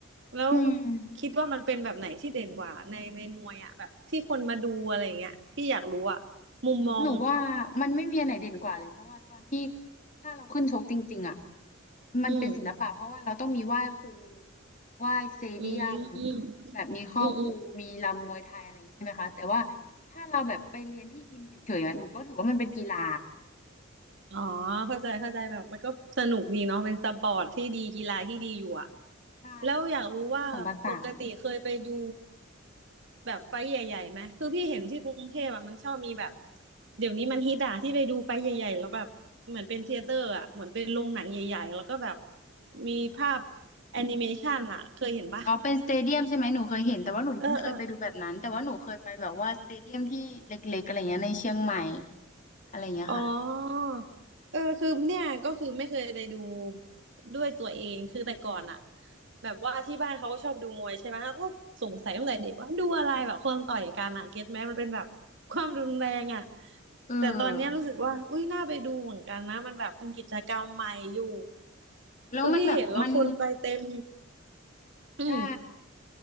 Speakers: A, on the right; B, on the left.
A: แล้ว
B: อืม
A: คิดว่ามันเป็นแบบไหนที่เด่นกว่าในในมวยอ่ะแบบที่คนมาดูอะไรอย่างเงี้ยพี่อยากรู้อ่ะมุมมอง
B: หนูว่ามันไม่มีอันไหนเด่นกว่าเลยเพราะว่าตอนที่ถ้าเราขึ้นชกจริงๆอ่ะมันเป็นศิลปะเพราะว่าเราต้องมีไหว้ครู
A: อืม
B: ไหว้สเตเดียม
A: อืมอืม
B: แบบมีครอบครูมีรำมวยไทยอะไรอย่างนี้ใช่ไหมคะแต่ว่า
A: อืม
B: ถ้าเราแบบไปเรียนที่ยิมเฉยๆอ่ะหนูก็ถือว่ามันเป็นกีฬา
A: อ๋อเข้าใจเข้าใจแบบมันก็สนุกดีเนาะเป็นสปอร์ตที่ดีกีฬาที่ดีอยู่อะ
B: ใช่แล้วก็แบบผสมผสาน
A: แล้วอยากรู้ว่าปกติเคยไปดูแบบไฟท์ใหญ่ๆไหมคือพี่เห็นที่กรุงเทพอะมันชอบมีแบบเดี๋ยวนี้มันฮิตอะที่ไปดูไฟท์ใหญ่ๆแล้วแบบเหมือนเป็นเธียเตอร์อะเหมือนเป็นโรงหนังใหญ่ๆแล้วก็แบบมีภาพแอนิเมชันอะเคยเห็นปะ
B: อ๋อเป็นสเตเดียมใช่ไหมหนูเคยเห็นแต่ว่าหนูยังไม่เคยไปดูแบบนั้นแต่ว่าหนูเคยไปแบบว่าสเตเดียมที่เล็กๆอะไรเงี้ยในเชียงใหม่
A: เออเออ
B: อะไรเงี้ยค่ะ
A: อ๋อ เออคือเนี่ยก็คือไม่เคยไปดูด้วยตัวเองคือแต่ก่อนอะแบบว่าที่บ้านเขาก็ชอบดูมวยใช่ไหมก็สงสัยตั้งแต่เด็กว่าดูอะไรแบบคนต่อยกันอะเก็ตไหมมันเป็นแบบความรุนแรงอะ
B: เออ
A: แต่ตอนเนี้ยรู้สึกว่าอุ้ยน่าไปดูเหมือนกันนะมันแบบเป็นกิจกรรมใหม่อยู่
B: แล้วมันแบบมัน
A: คือพี่เห็นแล้วคนไปเต็มอืม
B: ใช่